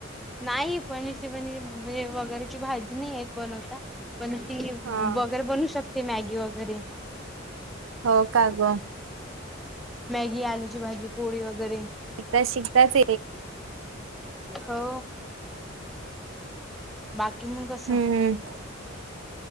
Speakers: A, in the centre; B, on the right.
A: नाही पनीरची पनीर म्हणजे वगैरेची भाजी नाही येत बनवता पण ती
B: हा
A: बगर बनू शकते मॅगी वगैरे
B: हो कागो
A: मॅगी आलूची भाजी पोळी वगैरे
B: श शिकताच
A: हो. बाकी मग कस
B: हम्म